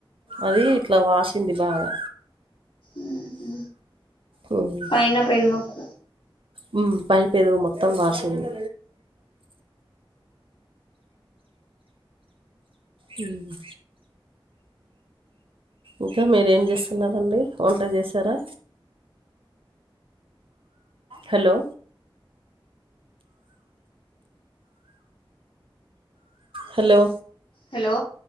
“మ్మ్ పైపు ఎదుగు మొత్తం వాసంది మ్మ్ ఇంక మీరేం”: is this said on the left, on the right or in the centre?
Right